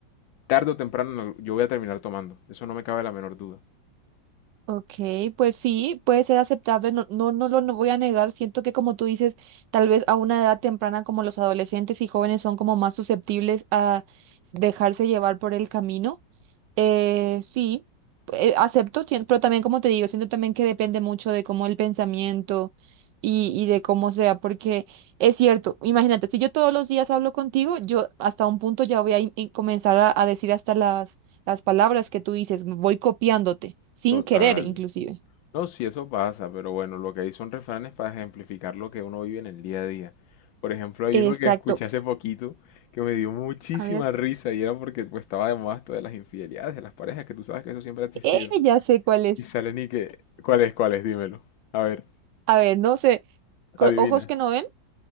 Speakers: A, on the left (about 85°); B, on the right (about 75°).
A: tarde o temprano en al- yo voy a terminar tomando. Eso no me cabe la menor duda.
B: Ok, pues sí, puede ser aceptable, no, no, no lo no voy a negar, siento que como tú dices, tal vez a una edad temprana como los adolescentes y jóvenes son como más susceptibles a dejarse llevar por el camino, eh, sí, eh, acepto, sien- pero también como te digo, siento también que depende mucho de cómo el pensamiento y, y de cómo sea, porque es cierto, imagínate, si yo todos los días hablo contigo, yo hasta un punto ya voy a in- in- comenzar a, a decir hasta las, las palabras que tú dices, voy copiándote, sin
A: Total.
B: querer inclusive.
A: No, sí, eso pasa, pero bueno, lo que hay son refranes para ejemplificar lo que uno vive en el día a día. Por ejemplo, hay
B: Exacto.
A: uno que escuché hace poquito que me dio muchísima
B: A ver,
A: risa y era porque pues, estaba de moda esto de las infidelidades de las parejas, que tú sabes que eso siempre ha existido.
B: eh, ya sé cuál es.
A: Y salen y que, ¿cuál es, cuál es? Dímelo. A ver,
B: A ver, no sé, co-
A: adivina.
B: ojos que no ven,